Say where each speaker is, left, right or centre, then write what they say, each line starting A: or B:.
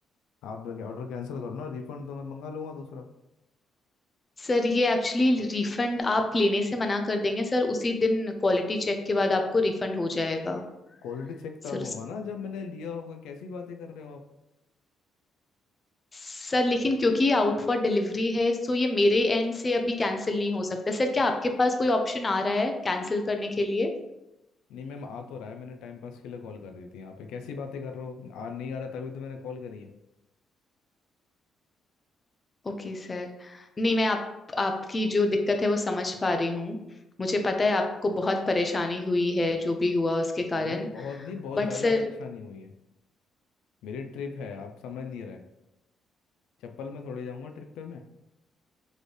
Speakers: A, on the left; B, on the left.
A: आप लगे ऑर्डर कैंसिल करो ना रिफंड तो मैं मंगा लूंगा दूसरा
B: सर ये एक्चुअली रिफंड आप लेने से मना कर देंगे सर उसी दिन क्वालिटी चेक के बाद आपको रिफंड हो जाएगा
A: क्वालिटी चेक तब
B: सर
A: होगा ना जब मैंने लिया होगा कैसी बातें कर रहे हो आप
B: सर लेकिन क्योंकि ये आउट फॉर डिलीवरी है सो ये मेरे एंड से अभी कैंसिल नहीं हो सकता सर क्या आपके पास कोई ऑप्शन आ रहा है कैंसिल करने के लिए
A: नहीं मैम आ तो रहा है मैंने टाइम पास के लिए कॉल कर दी थी यहाँ पे कैसी बातें कर रहे हो आ नहीं आ रहा तभी तो मैंने कॉल करी है
B: ओके सर नहीं मैं आप आपकी जो दिक्कत है वो समझ पा रही हूँ मुझे पता है आपको बहुत परेशानी हुई है जो भी हुआ उसके कारण
A: नहीं बहुत नहीं बहुत
B: But
A: ज़्यादा
B: sir
A: परेशानी हुई है मेरी ट्रिप है आप समझ नहीं रहे चप्पल में थोड़े जाऊंगा ट्रिप पे मैं